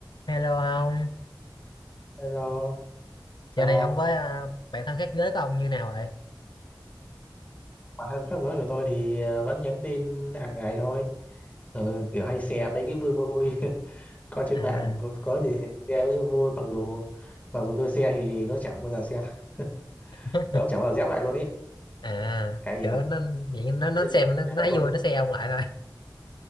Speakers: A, on the left; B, on the left.
A: Hello ông,
B: Hello, sao
A: giờ này
B: không?
A: ông với à, bạn thân khác giới của ông như nào vậy?
B: Mà thân khác giới của tôi thì ờ, vẫn nhắn tin hàng ngày thôi. Ừ, kiểu hay share mấy cái vui vui <laughs> coi trên
A: À,
B: mạng có, có gì share với vui mặc dù mặc dù tôi share thì nó chẳng bao giờ xem <laughs>
A: <laughs>
B: nó chẳng bao giờ dép lại luôn ý
A: à,
B: cái gì
A: kiểu
B: thật
A: nó vậy nó nó
B: nên,
A: xem nó,
B: nên
A: nó
B: là
A: thấy
B: tôi
A: vui
B: cũng
A: nó xem ông lại thôi